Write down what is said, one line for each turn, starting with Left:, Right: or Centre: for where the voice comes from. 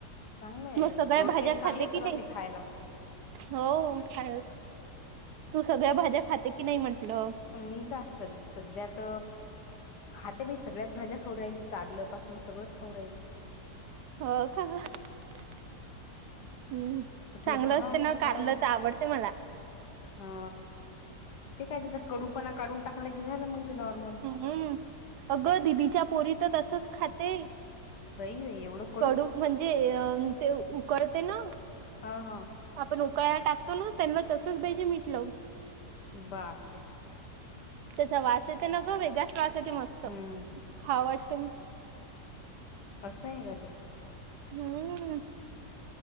Left: चांगलंय
Right: मग सगळ्या
Left: दोडके
Right: भाज्या
Left: चांगले
Right: खाते
Left: असतात
Right: कि
Left: वाटते
Right: नाही.
Left: खायला
Right: हो ख तू सगळ्या भाज्या खाते की नाही म्हंटलं.
Left: मी का स सध्यात खाते मी सगळ्याच भाज्या खाऊ राहिली कारल पासून सगळंच खाऊ राहिली.
Right: हो का हम्म
Left: म्हटलं
Right: चांगलं
Left: पहाव
Right: असते
Left: म्हटलं
Right: ना कारलं तर आवड ते मला
Left: हा ते काय तिचा कडूपणा काढून टाकलं की झालं मग ते नॉर्मल.
Right: हम्म अगं दिलीच्या पोरी तर तसच खाते
Left: बई बई एवढं.
Right: कडू म्हणजे ते उकडते ना
Left: हा हा.
Right: आपण उकळयला टाकतो ना त्यांना तसच पाहिजे मीठ लावून
Left: बापरे.
Right: त्याचा वास येत न ग वेगळच वासा येत मस्त
Left: हम्म
Right: खाव वाटते म
Left: असं आहे का ते.
Right: हम्म.